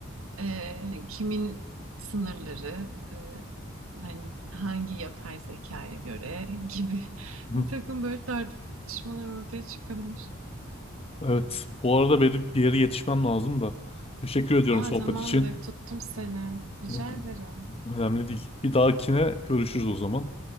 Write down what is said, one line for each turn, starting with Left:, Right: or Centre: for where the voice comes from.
Right: ee, hani kimin sınırları, e, hani hangi yapay zekaya göre gibi <laughs>
Left: Hı.
Right: bir takım böyle tartışmalar ortaya çıkabilir.
Left: Evet. Bu arada benim bir yere yetişmem lazım da. Teşekkür ediyorum
Right: Aa
Left: sohbet
Right: tamamdır,
Left: için.
Right: tuttum seni. Rica
Left: Yok,
Right: ederim.
Left: önemli değil. Bir dahakine görüşürüz o zaman.